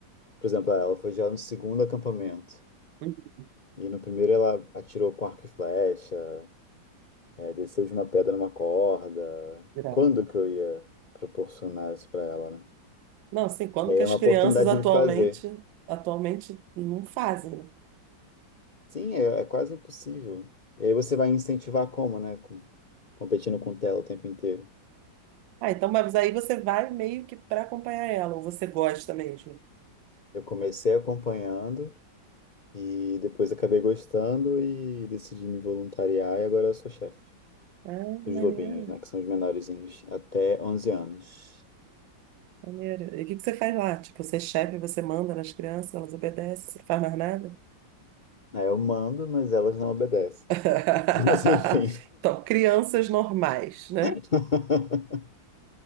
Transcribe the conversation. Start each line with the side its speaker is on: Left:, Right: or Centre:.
Left: Por exemplo, ah, ela foi já no segundo acampamento,
Right: Uhum.
Left: e no primeiro ela atirou com arco e flecha, eh, desceu de uma pedra numa corda.
Right: Geral.
Left: Quando que eu ia proporcionar isso para ela, né?
Right: Não, assim, quando
Left: E aí
Right: que
Left: é
Right: as
Left: uma
Right: crianças
Left: oportunidade
Right: atualmente,
Left: de fazer.
Right: atualmente não fazem. né?
Left: Sim, é, é quase impossível. E aí você vai incentivar como, né? Com- competindo com tela o tempo inteiro.
Right: Ah, então, mas aí você vai meio que para acompanhar ela, ou você gosta mesmo.
Left: Eu comecei acompanhando e depois acabei gostando e decidi me voluntariar e agora eu sou chefe
Right: Ah,
Left: dos
Right: maneiro,
Left: lobinhos, né, que são os menorzinhos, até 11 anos.
Right: maneiro. E o que que você faz lá? Tipo, você é chefe, você manda nas crianças, elas obedecem, você não faz mais nada?
Left: Aí eu mando, mas elas não obedecem.
Right: <laughs>
Left: Mas enfim.
Right: Então, crianças normais, né?
Left: <laughs>